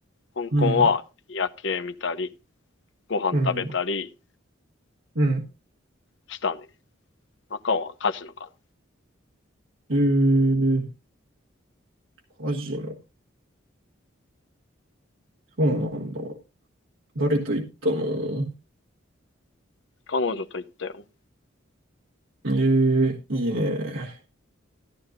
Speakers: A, on the left; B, on the right.
A: 香港は夜景見たり、
B: うん、
A: ご飯食べたり
B: うん、うん。
A: したね。マカオはカジノかな。
B: えー、カジノ。そうなんだ。誰と行ったの
A: 彼女と行ったよ。
B: えー、いいね。